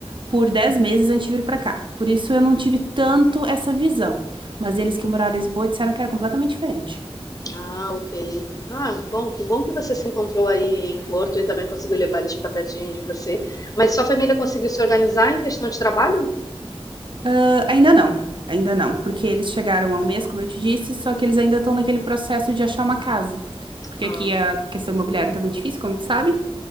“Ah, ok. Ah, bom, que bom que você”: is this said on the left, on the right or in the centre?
Left